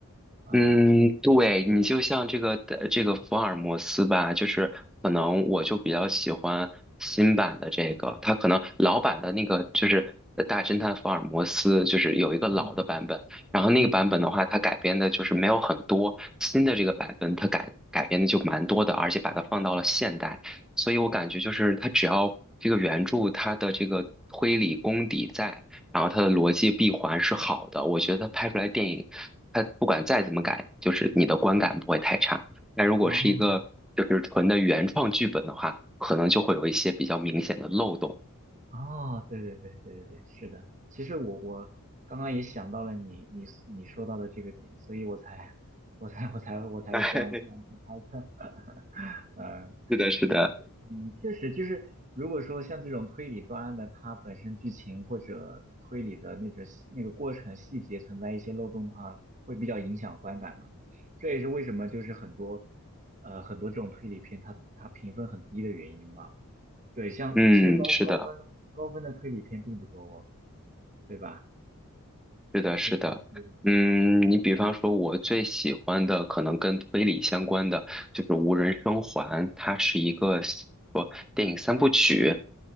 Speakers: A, on the right (about 35°); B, in the centre.
A: 呃
B: 嗯，对，你就像这个呃这个福尔摩斯吧，就是可能我就比较喜欢新版的这个，它可能老版的那个就是呃大侦探福尔摩斯，就是有一个老的版本，
A: 嗯嗯嗯
B: 然后那个版本的话，
A: 嗯嗯
B: 它改编的就是没有很多，新的这个版本它改改编的就蛮多的，而且把它放到了现代，所以我感觉就是它只要这个原著它的这个推理功底在。然后它的逻辑闭环是好的，我觉得它拍出来电影，它不管再怎么改，就是你的观感不会太差。但如果是一个就是纯的原创剧本的话，
A: 哦
B: 可能就会有一些比较明显的漏洞。
A: 哦，对对对对对对，是的。其实我我刚刚也想到了你你你说到的这个点，所以我才我才我才我才这样这样去猜测，
B: <laughs> 哎，
A: <laughs> 嗯、
B: 是的，是的，
A: 嗯，确实，就是如果说像这种推理断案的，它本身剧情或者推理的那个那个过程细节存在一些漏洞的话，会比较影响观感嘛。这也是为什么就是很多呃很多这种推理片它它评分很低的原因吧。对，像其实高高分高分的推理片并不多哦，
B: 嗯，是的，
A: 对吧？
B: 是的，是的，
A: 就嗯对对对对
B: 嗯，你比方说，我最喜欢的可能跟推理相关的就是《无人生还》，它是一个说电影三部曲